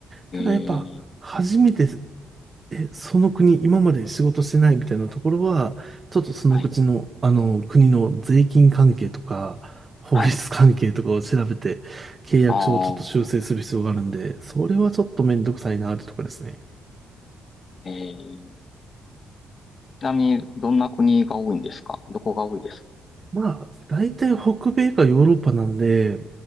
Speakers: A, on the right (about 35°); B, on the left (about 45°).
A: ただやっぱ、
B: えー、
A: 初めて、え、その国、今まで仕事してないみたいなところは、ちょっとその口の、
B: はい。
A: あの、国の税金関係とか、法律関係とかを調べて、
B: はい。
A: 契約書をちょっと修正する必要があるんで、
B: あー、
A: それはちょっとめんどくさいなってとこですね。
B: えー、ちなみに、どんな国が多いんですかどこが多いですか
A: まあ、大体北米かヨーロッパなんで、